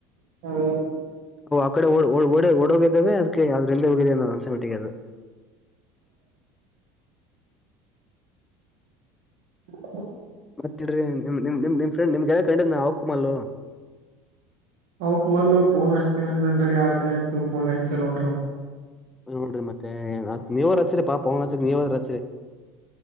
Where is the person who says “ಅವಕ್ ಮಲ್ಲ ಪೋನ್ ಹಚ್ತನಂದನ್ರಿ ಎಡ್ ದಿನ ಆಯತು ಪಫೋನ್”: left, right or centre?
Right